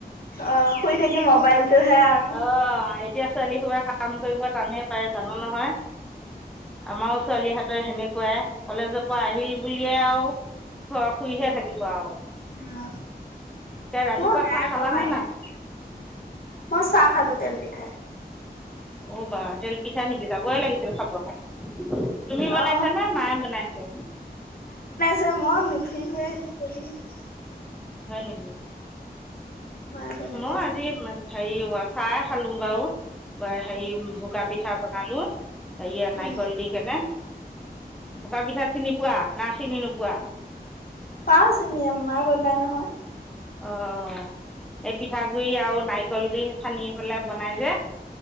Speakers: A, on the left; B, in the centre.
A: অঁ শুই থাকি মবাইলটোহে আৰু
B: অঁ এতিয়া ছোৱালী সোপাই কাম কৰিব টানেই পায় জান নহয়, আমাৰো ছোৱালীেহাতে সেনেকুৱাই কলেজৰ পৰা আহিল বুলিয়ে আও শুৱা-শুইহে থাকিব আও।
A: উম
B: ৰাতিপুৱা
A: হুঁ নাইখোৱা
B: চাহ খালানে
A: পাইছোহে,
B: নাই
A: মই চাহ খালো তেল পিঠা- খা
B: অ' বা তেল পিঠা নেকি যাবই লাগিছিল খাব কাৰণে তুমি বনাইছা
A: অ
B: নে মায়ে বনাইছে
A: ছে মই নুঠু লোৱা সেতি কাল <unintelligible>
B: হয় নেকি
A: মায়ে বনাই
B: মই
A: থৈছে
B: আজি হেৰি চাহ খালো বাৰু হেৰি ভোকা পিঠা বনালো। সেয়া
A: উম
B: নাইকল দি কেনে। বকা পিঠা চিনি পোৱা না চিনি নোপোৱা।
A: পাঁও চিনি মায়ে বনাই নহয়। <unintelligible>
B: অ এই পিঠাগুৰি আৰু নাৰিকল দি খানি পেলাই বনাই যে।